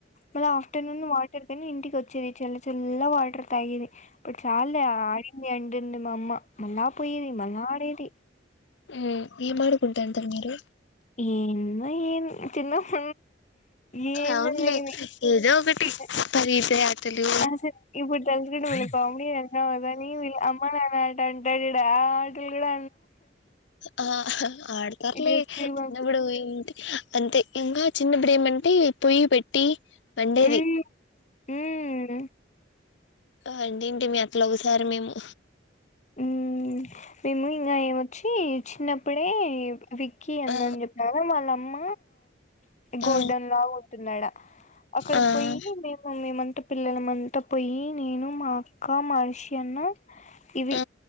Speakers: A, on the left; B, on the left.
A: మళఆఫ్టర్నూన్ వాటర్ తిని ఇంటి కొచ్చెది చల్ల చల్ల వాటర్ తాగేది ఇప్పుడు చాల్ల ఆడింది అం రెండి మా అమ్మ మళ్ళా పోయేది మళ్ళా అడేది
B: ఉమ్ ఏం ఆడుకుంటాంటారు మీరు
A: ఏన్ ఏమ్ చిన్నప్ప ఏందో
B: అవునులే
A: మిని
B: ఏదో ఒకటి
A: చి
B: పరిగెత్తే ఆటలు
A: అసలు ఇప్పుడు తలుసుకుంటే మలే కామెడీ అన్నావు కాని వీళ్ళ అమ్మ నాన్నట అంటార్ చూడు ఆ ఆ నీన్ గుడా
B: ఆ ఆహా ఆడతర్లే
A: ఇట్లా స్కూల్
B: చిన్నప్పుడు
A: పంపి
B: ఏంటి అంతే ఇంగా చిన్నప్పుడు ఏమంటే పొయ్యి పెట్టి వండేది
A: మ్మ్ మ్మ్
B: ఆ అండీంటి మీ అట్లోగసారి మేము
A: ఉమ్ మేము ఇంకా ఏమొచ్చి చిన్నప్ ఇప్పుడే విక్కీ అన్నని
B: ఆ
A: చెప్పిన వాళ్ళ అమ్మ గోల్డెన్
B: ఆ
A: లాగా ఉంటున్నాడా అక్కడకి
B: ఆ
A: పోయి మేము మేమ పిల్లలమంతా పోయి నేను మా అక్క మహర్షి అన్న ఇవి
B: ఆ